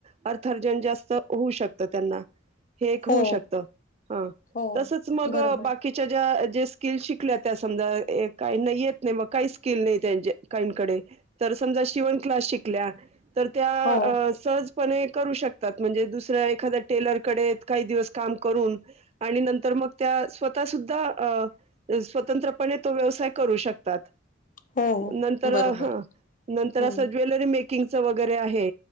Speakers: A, on the right (about 35°); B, on the left (about 45°).
A: अर्थार्जन जास्त होऊ शकत त्यांना हे एक
B: हो
A: होऊ शकत, हा
B: हो
A: तसच मग
B: बरोबर
A: बाकीच्या ज्या जे स्किल् शिकल्या त्या समजा येत काहीना येत नाही मग काही स्किल नाही काहीकडे तर समजा शिवण क्लास शिकल्या तर त्या
B: हो
A: सहजपणे करू शकतात म्हणजे दुसऱ्या एखाद्या टेलरकडे काही दिवस काम करून आणि नंतर मग त्या स्वतः सुद्धा अ स्वतंत्रपणे तो व्यवसाय करू शकतात.
B: हो
A: नंतर
B: बरोबर
A: हा नंतर
B: हम्म
A: अस ज्वेलरी मेक कुकिंग चं वगैरे आहे.